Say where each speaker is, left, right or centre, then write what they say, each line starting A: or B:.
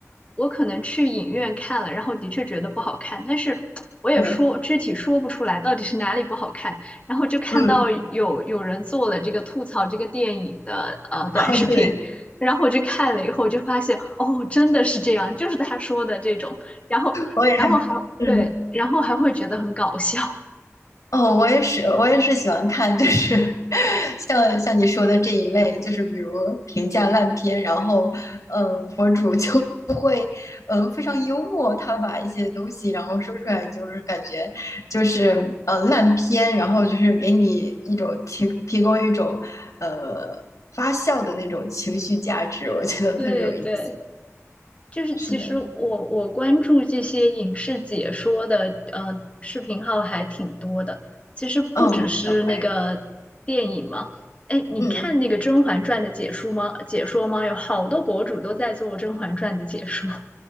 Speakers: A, on the left; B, on the left.
A: 我可能去影院看了，然后的确觉得不好看，但是我也说具体说不出来到底是哪里不好看，
B: 对，
A: 然后就看到有有人做了这个吐槽这个电影的呃短视频，
B: 嗯，哦对，
A: 然后我就看了以后就发现哦，真的是这样，就是他说的这种，然后然后还对，
B: 我也嗯。
A: 然后还会觉得很搞笑，
B: 哦，我也是，我也是喜欢看，就是 <laughs> 像像你说的这一类，就是比如评价烂片，然后，嗯，博主就呃，非常幽默，他把一些东西然后说出来，就是感觉就是呃烂片，然后就是给你一种提提供一种呃发笑的那种情绪价值，我觉得特别有意思。
A: 对对。就是其实我我关注这些影视解说的呃视频号还挺多的，
B: 是的，
A: 其实不只是那个电影嘛。
B: 嗯，是的，我也
A: 哎，你看那个《甄嬛传》的解说吗？
B: 嗯嗯。
A: 解说吗？有好多博主都在做《甄嬛传》的解说。